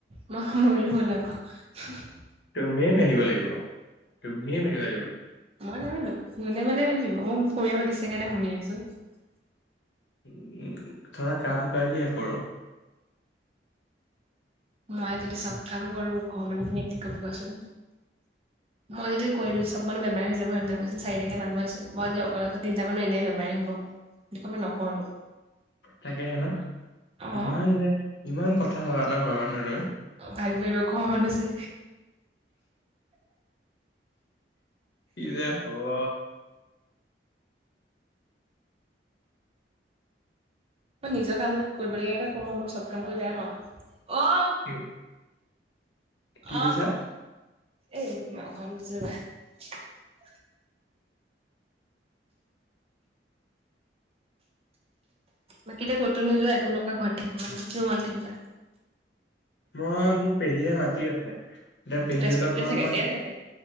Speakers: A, on the right; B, on the left.
A: মই সামৰিলো হ'ল আৰু <inaudible>
B: অহ
A: তুমি এই মেলিব লাগিব তুমি এই মেলিব লাগিব
B: উ থৰা কাম কৰলিয়া কৰো
A: মই যদি চব কাম কৰো ঘৰৰ মানুহ খিনি কি কব কোৱাচোন মই যদি কৈলো চব মানে বেমাৰ হৈ যাবনেক কৈচ চাৰিটাকে মানুহ আছো মই যদি অকল লগ তিনি মানৰ এনে বেমাৰ হব মে নকৰো
B: থাকে হে ন
A: অ
B: ইমান যে ইমান কথা হবা ন ঘৰ মানু্হ ৰৈ
A: ভাবিব লাগিব ঘৰৰ মানুহ যে
B: কি যে হ'ব
A: মই নিজৰ কাম কৰিবলগা কেইটা কৰো মই চব কাম কৰি বেয়া পাওঁ অ'
B: কি হ'ল কি
A: অ
B: কৈছা
A: এই মা ঘৰত মাতিছে ৰবা বাকী এতিয়া ক'তো নোযোৱা একো নোকোৱা ঘৰত থাকিব মানে ৰুমত থাকিবা
B: মই মোক পেহীয়ে মাতি আছে এতিয়া পেহীহঁতৰ
A: তেজপুৰতে
B: ঘৰত
A: থাকে
B: মই
A: ইয়াত থাকে